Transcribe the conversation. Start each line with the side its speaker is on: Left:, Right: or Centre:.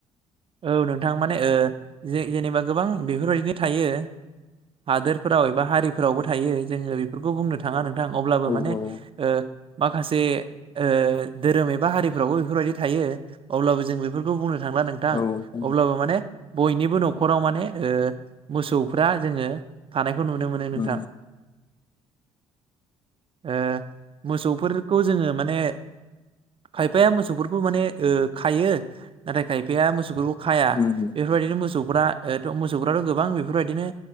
Right: औ नोंथां माने ओ जे जेनेबा गोबां बेफोरबायदिनो थायो हादोरफोराव एबा हारिफोरावबो थायो जोङो बेफोरखौ बुंनो थाङा नों थां अब्लाबो
Left: औ
Right: माने
Left: औ
Right: ओ। माखासे ओ धोरोम एबा हारिफ्रावबो बेफोरबायदि थायो अब्लाबो जों बेफोरखौ बुंनो थांला नोंथां
Left: औ जायो।
Right: अब्लाबो माने बयनिबो न'खराव माने ओ मोसौफ्रा जोङो थानाय खौ नुनो मोनो नोंथां।
Left: उम <inaudible>
Right: ओ मोसौफोरखौ जोङो माने खायफाया मोसौबो माने ओ खायो नाथाय खायफाया मोसौ फोरखौ खाया
Left: उम
Right: बेफोरबायदिनो मोसौफ्रा ओ मोसौफ्राथ' गोबां बेफोरबायदिनो